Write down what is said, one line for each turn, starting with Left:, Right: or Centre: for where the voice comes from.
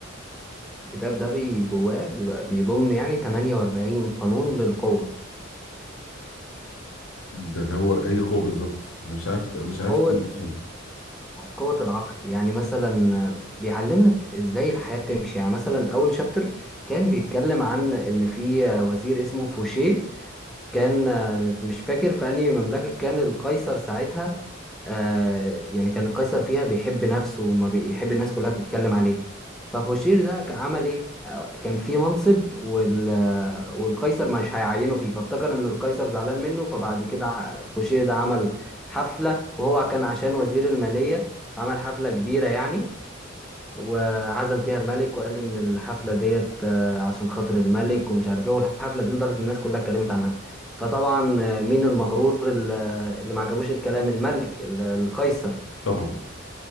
Centre: الكتاب ده بي جواه بيبقى بيضم يعني 48 قانون للقوه
Left: ده اللي هو ايه قوه بالظبط انا مش عارف مش عارف
Centre: قوة
Left: ايه المقصود
Centre: قوة العقل يعني مثلا بيعلمك ازاي الحياة بتمشي يعني مثلا أول شابتر كان بيتكلم عن إن في وزير اسمه فوشيه كان مش فاكر في أنهي مملكة كان القيصر ساعتها آه يعني كان قيصر فيها بيحب نفسه وما بيحب الناس كلها تتكلم عليه ففوشير ده كان عمل ايه آه، كان في منصب وال آه، والقيصر مش هيعينه فيه فافتكر ان القيصر زعلان منه فبعد كده ع- فوشير ده عمل حفلة وهو كان عشان وزير المالية عمل حفلة كبيرة يعني وعزم فيها الملك وقال ان الحفله ديت آه، عشان خاطر الملك ومش عارف ايه والحفله دي لدرجه إن الناس كلها اتكلمت عنها فطبعا آه، مين المغرور اللي اللي ما عجبوش الكلام الملك ال- القيصر
Left: طبعا